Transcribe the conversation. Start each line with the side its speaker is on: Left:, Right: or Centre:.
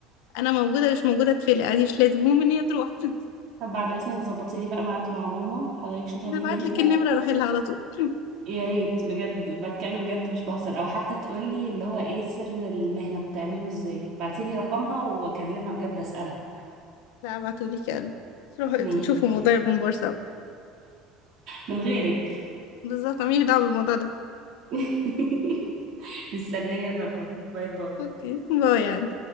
Left: انا موجوده مش موجوده تفلق عادي مش لازم المهم ان هي تروح <laughs>
Right: طب بعد اذنك ظبطي لي بقى ميعاد مع ماما حضرتك شوفي
Left: انا
Right: هتيجي
Left: هبعت
Right: امتى
Left: لك النمره روحي لها على طول <laughs>
Right: يا ريت بجد بتكلم بجد مش بهزر او حتى تقولي اللي هو ايه سر المهنة بتعمله ازاي بعتيلي رقمها واكلمها بجد اسألها
Left: لا ابعتوا لي كلب روحوا
Right: ماشي
Left: تشوفوا
Right: يعني
Left: موضوع البومبار سوا
Right: من غيرك
Left: بالظبط ماليش دعوه بالموضوع ده
Right: <laughs> مستنية الرقم باي باي
Left: اوكي باي يعني